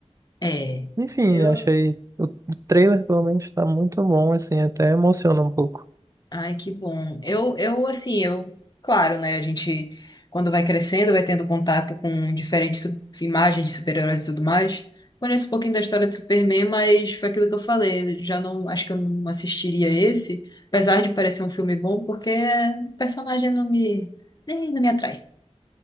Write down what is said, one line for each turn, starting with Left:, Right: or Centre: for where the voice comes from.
Left: É.
Right: Enfim,
Left: Eu
Right: achei. O o trailer, pelo menos, tá muito bom, assim, até emociona um pouco.
Left: Ai, que bom. Eu, eu, assim, eu, claro, né? A gente, quando vai crescendo, vai tendo contato com diferentes su- imagens de super-heróis e tudo mais. Conheço um pouquinho da história de Superman, mas foi aquilo que eu falei. Já não, acho que eu não assistiria esse, apesar de parecer um filme bom, porque o personagem não me, nem, não me atrai.